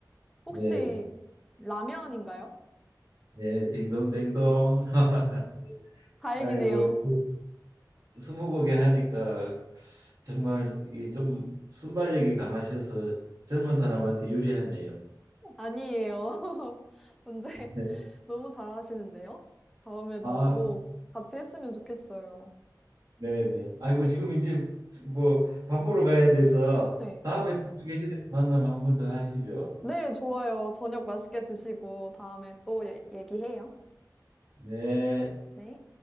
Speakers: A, in the centre; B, on the right.
A: 혹시
B: 네.
A: 라면인가요?
B: 네, 딩동댕동. <laughs>
A: 다행이네요.
B: 아이고, 그 스무고개 하니까 정말 이게 좀 순발력이 강하셔서 젊은 사람한테 유리하네요.
A: 아니에요. <laughs> 문제
B: 네.
A: 너무 잘하시는데요? 다음에도
B: 아,
A: 꼭 같이 했으면 좋겠어요.
B: 네네. 아이고 지금 이제 뭐 밥 먹으러 가야 돼서
A: 네.
B: 다음에 또 계실에서 만나면 한 번 더 하시죠.
A: 네, 좋아요. 저녁 맛있게 드시고 다음에 또 예- 얘기해요.
B: 네.
A: 네.